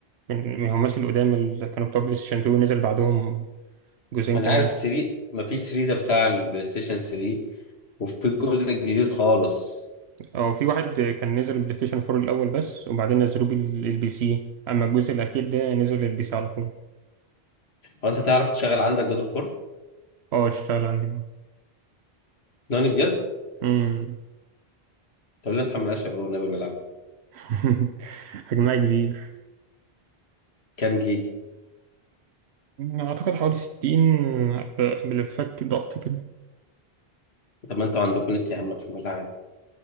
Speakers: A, on the right; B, on the left.
A: من من هماش القدام اللي كانوا بتوع بلاي ستيشن 2 نزل بعدهم جزئين
B: ما انا
A: كمان
B: عارف 3 ما في 3 ده بتاع البلاي ستيشن 3 وفي الجزء الجديد خالص
A: أو في واحد كان نزل بلاي ستيشن 4 الأول بس وبعدين نزلوه بال- للبي سي أما الجزء الأخير ده نزل للبي سي على طول
B: هو انت تعرف تشغل عندك جود اوف 4
A: اه تشتغل عندي بقى
B: ناني بجد
A: أمم.
B: طب ليه ما تحملهاش يا بابا والنبي ونلعب
A: <laughs> حجمها كبير
B: كام جيجا
A: أعتقد حوالي 60 بالفك ضغط كده
B: طب ما انتوا عندكم نت يا عم ما تحملها عادي